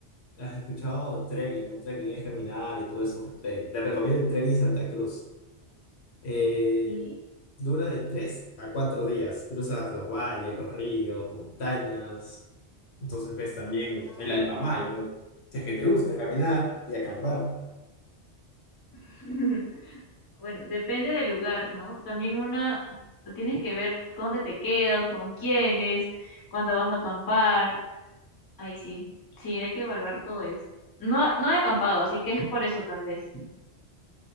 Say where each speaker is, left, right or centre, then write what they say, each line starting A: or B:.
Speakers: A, on the left; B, on the left.
A: has escuchado trekking, ¿no? Trekking es caminar y todo eso. Te, te recomiendo el trekking Santa Cruz. Eh,
B: Sí.
A: dura de tres a cuatro días. Cruzas los valles, los ríos, montañas. Entonces ves también
B: Ah.
A: el Alpamayo. Si es que te gusta caminar y acampar.
B: <laughs> Bueno, depende del lugar, ¿no? También una, tienes que ver dónde te quedas, con quiénes, cuándo vas a acampar. Ahí sí, sí, hay que evaluar todo eso. No, no he acampado, así que es por eso tal vez.